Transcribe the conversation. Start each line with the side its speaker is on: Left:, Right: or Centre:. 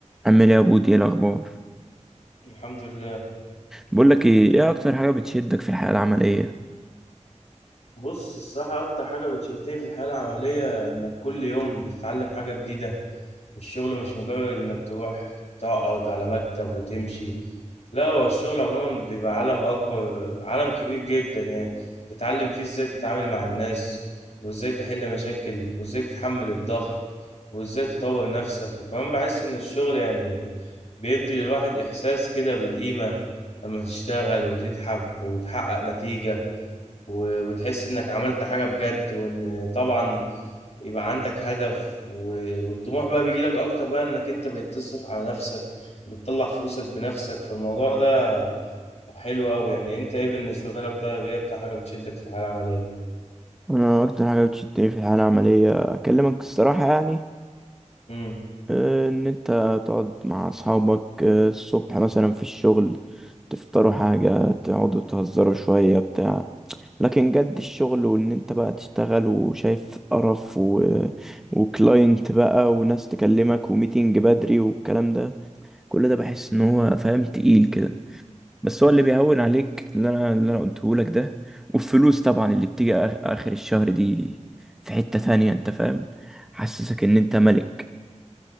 Centre: عامل ايه يا بودي ايه الاخبار
Left: الحمد لله
Centre: بقول لك ايه ايه اكتر حاجه بتشدك في الحياه العمليه
Left: بص الصراحة أكتر حاجة بتشدني في الحياة العملية إنك كل يوم بتتعلم حاجة جديدة والشغل مش مجرد إنك تروح تقعد على مكتب وتمشي لا هو الشغل عموما بيبقى عالم أكبر عالم كبير جدا يعني تتعلم فيه إزاي تتعامل مع الناس وإزاي تحل مشاكل وإزاي تتحمل الضغط وإزاي تطور نفسك وكمان بحس إن الشغل يعني بيدي للواحد إحساس كده بالقيمة لما تشتغل وتتعب وتحقق نتيجة و- وتحس انك عملت حاجة بجد وان طبعا يبقى عندك هدف و- والطموح بقى بيجيلك اكتر بقى انك انت بقيت تصرف على نفسك وبتطلع فلوسك بنفسك فالموضوع ده حلو قوي يعني انت ايه بالنسبة لك طيب ايه اكتر حاجة بتشدك في الحالة العملية
Centre: انا اكتر حاجه بتشدني في الحياه العمليه اكلمك الصراحه يعني
Left: امم
Centre: آه، ان انت تقعد مع اصحابك آه، الصبح مثلا في الشغل تفطروا حاجه تقعدوا تهزروا شويه بتاع لكن جد الشغل وان انت بقى تشتغل وشايف قرف و... وكلاينت بقى وناس تكلمك وميتنج بدري والكلام ده كل ده بحس ان هو فاهم تقيل كده بس هو اللي بيهون عليك اللي انا اللي انا قلته لك ده والفلوس طبعا اللي بتيجي آخ- اخر الشهر دي في حتة تانية انت فاهم حسسك ان انت ملك